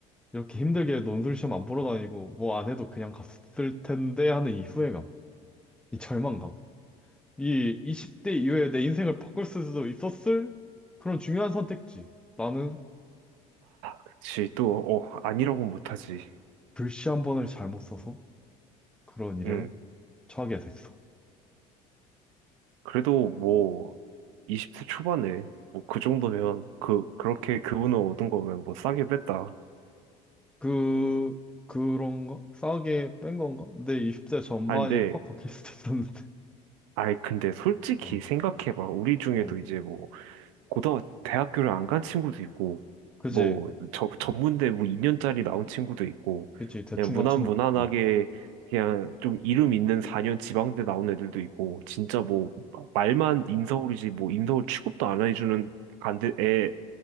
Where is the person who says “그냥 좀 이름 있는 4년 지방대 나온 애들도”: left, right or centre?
Right